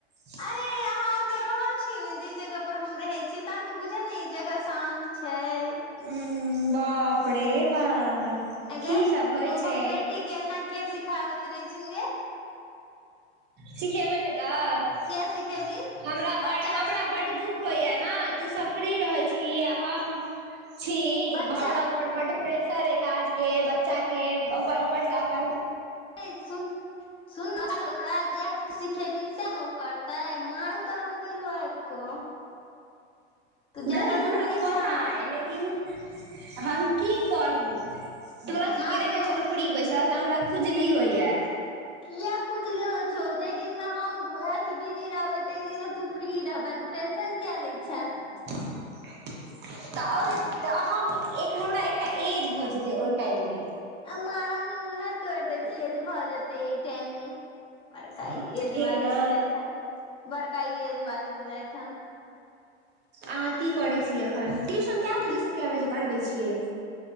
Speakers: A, on the right (about 30°); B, on the left (about 15°).
A: <inaudible>
B: अरे अहाँ ओतऽ रहल छी ने जै जगह पर हम रहै छी तऽ अहाँ के बुझल ने ई जगह शांत छै।
A: उ बाप रे बा,
B: ऐ
A: की
B: गै
A: सब होइ
B: तू अपन
A: छै
B: बेटी एना किया सिखाबैत रहै छी यै
A: सिखेबै ने तऽ
B: किया सिखेबीन
A: हमरा
B: बच्चा
A: भाइ हमरा
B: छै
A: भाइ के दुख होइये ने तू सब फ्री रहै छीही हम छी
B: बच्चा
A: हमरा बड प्रेशर अछि काज के, बच्चा के ऊपरसँ अपन
B: ऐ सुन सुन ओकरा जयह सीख खेबही सैह ने ओ करतै, मारबौ तोरा हम कहियो आबि कऽ तू ज्यादा
A: गई हमरा
B: दूर नहि
A: पता
B: छै हमरा
A: अछि
B: सँ
A: लेकिन हम की करू तोरा
B: मारबो
A: सब के देखेै छेलौ खुपरी बैसल तऽ हमरा खुजली होइया
B: किया खुजली होइ छौ। जैय दिनमे हम अथी बिजी रहबै तैय दिनमे तू फ्री रहबें तू टेंशन किए लै छेँं।
A: <unintelligible> तऽ ओय तऽ एक हमरा एकटा एअज भऽ जेतेै ओय टाइम मे
B: मारब ने मुँहे तोइड़ देब एअज भऽ जेतै एय टाइम मे बड़का
A: ठीक
B: एज वाली
A: ने
B: भेलैथ हेँं बड़का एज वाली भेलैथ हेँं।
A: आहाँ की करै छीयै एखन ट्यूशन कए बजे
B: किछ
A: सँ कए बजे पढ़बै छियै।